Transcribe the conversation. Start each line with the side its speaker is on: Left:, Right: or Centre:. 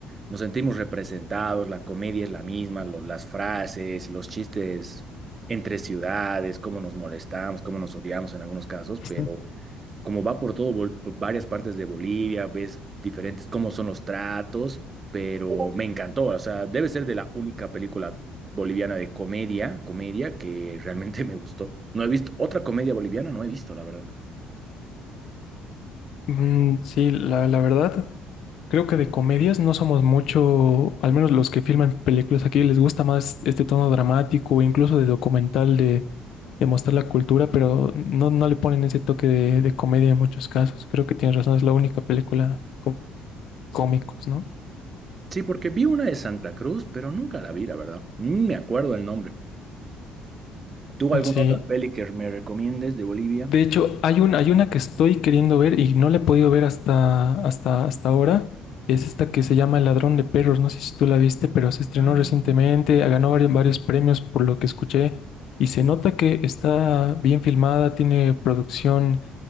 Right: Nos sentimos representados, la comedia es la misma, lo- las frases, los chistes entre ciudades, cómo nos molestamos, cómo nos odiamos en algunos casos, pero
Left: <laughs>
Right: como va por todo, Bol- por varias partes de Bolivia, ves diferentes, cómo son los tratos, pero me encantó, o sea, debe ser de la única película boliviana de comedia, comedia que realmente me gustó. No he visto otra comedia boliviana, no he visto, la verdad.
Left: Mm, sí, la, la verdad, creo que de comedias no somos mucho, al menos los que filman películas aquí, les gusta más este tono dramático o incluso de documental de, de mostrar la cultura, pero no, no le ponen ese toque de, de comedia en muchos casos. Creo que tienes razón, es la única película cómicos, ¿no?
Right: Sí, porque vi una de Santa Cruz, pero nunca la vi, la verdad. Ni me acuerdo el nombre. ¿Tú alguna
Left: Sí.
Right: otra peli que me recomiendes de Bolivia?
Left: De hecho, hay un, hay una que estoy queriendo ver y no la he podido ver hasta, hasta, hasta ahora. Es esta que se llama El Ladrón de Perros. No sé si tú la viste, pero se estrenó
Right: Ah,
Left: recientemente, ganó varios, varios premios por lo que escuché. Y se nota que está bien filmada, tiene producción